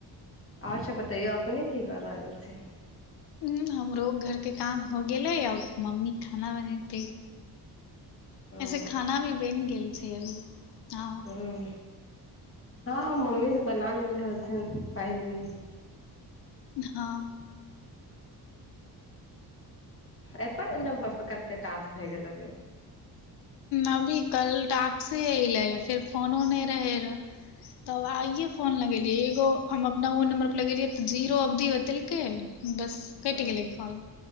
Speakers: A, on the left; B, on the left.
A: और सब बतइयौ अपने की कर रहल छी?
B: उं हमरो घरके काम हो गेलै, आब मम्मी खाना बनेतै।
A: हूँ
B: ऐसे खाना भी बनि गेल छै अभी हँ।
A: हँ। हँ मम्मी सँ बना लेलेे रहलथिन पहिले ही।
B: हँ।
A: अपन नमबर पर कते टास्क भए गेलो बे?
B: अभी कल टाक्से अयलै फेर फोनो नै रहै रह तब आइये फोन लगेलियै एगो हम अपना ओ नम्बर पर लगेलियै त जीरो अवधी बतेलकै। बस कटि
A: हूँ
B: गेलै फल